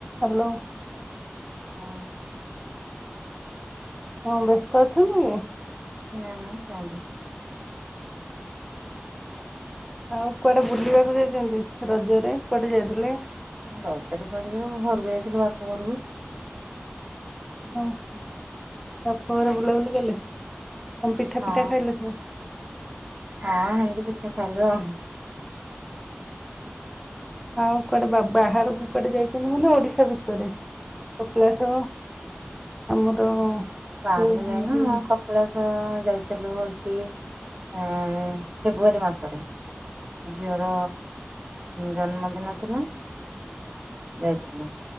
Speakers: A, in the centre; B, on the right.
A: Hello.
B: ହଁ।
A: କଣ ବ୍ୟସ୍ତ ଅଛୁ କି?
B: ନା ନାଇଁ କୁହନ୍ତୁ।
A: ଆଉ କୁଆଡେ ବୁଲିବାକୁ ଯାଇଚନ୍ତି ରଜରେ କୁଆଡେ ଯାଇଥିଲେ?
B: ରଜରେ କୁଆଡେ ଯିବ ଘରକୁ ଯାଇଥିଲୁ ବାପା ଘରକୁ।
A: ଓହୋ ବାପ ଘରେ ବୁଲା ବୁଲି କଲେ। କଣ ପିଠା
B: ହଁ
A: ପିଠା ଖାଇଲେ ସବୁ
B: ହଁ ହେମିତି ପିଠା ଖାଇଲୁ ଆଉ।
A: ଆଉ କୁଆଡେ ବ-ବାହାରକୁ କୁଆଡେ ଯାଇଚନ୍ତି ନା ଓଡିଶା ଭିତରେ କପିଳାସ ଆମର
B: ବାହାରକୁ
A: ଯୋଉ
B: ଯାଇନୁ
A: ହଁ ହୁଁ
B: ଉଁ କପିଳାସ ଯାଇଥିଲୁ ହୋଉଚି ଆ ଫେବୃଆରୀ ମାସରେ ଝିଅର ଜନ୍ମଦିନ ଥିଲା। ଯାଇଥିଲୁ।